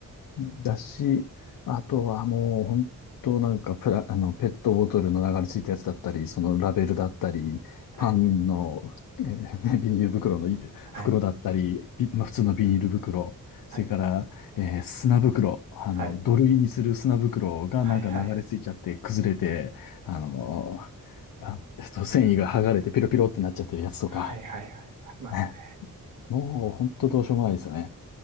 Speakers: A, on the left; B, on the right.
A: だし、あとはもう本当なんかプラ、あの、ペットボトルの流れついたやつだったり、そのラベルだったり、パンの、
B: はい、
A: えーね <laughs> ビニール袋のい袋だったり、
B: はい、
A: ビまあ、普通のビニール袋、それから、
B: はい、
A: えー砂袋、あの、
B: はい、
A: 土塁にする砂袋がなんか流れついちゃって崩れて、
B: はい、はい、はい、
A: あのあ、えっと、繊維が剥がれてピロピロってなっちゃってるやつとか、
B: はい、はい、はい、ありますね。
A: ね、もう本当どうしようもないですよね。